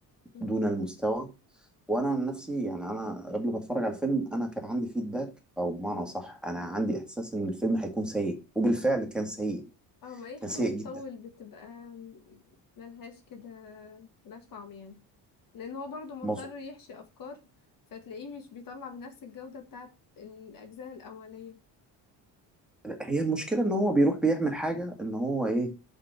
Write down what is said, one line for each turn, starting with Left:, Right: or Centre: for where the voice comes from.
Left: مم.
Centre: دون المستوى وانا عن نفسي يعني انا قبل ما اتفرج على الفيلم انا كان عندي فيدباك او بمعنى صح انا عندي احساس ان الفيلم هيكون سيء وبالفعل كان سيء
Left: اه ما أي
Centre: كان
Left: حاجة
Centre: سيء
Left: بتطول
Centre: جدا
Left: بتبقى ملهاش كده ملهاش طعم يعني لأن هو برضو مضطر
Centre: مظبوط
Left: يحشي أفكار فتلاقيه مش بيطلع بنفس الجودة بتاعت الأجزاء الأولية
Centre: هي المشكله ان هو بيروح بيعمل حاجه ان هو ايه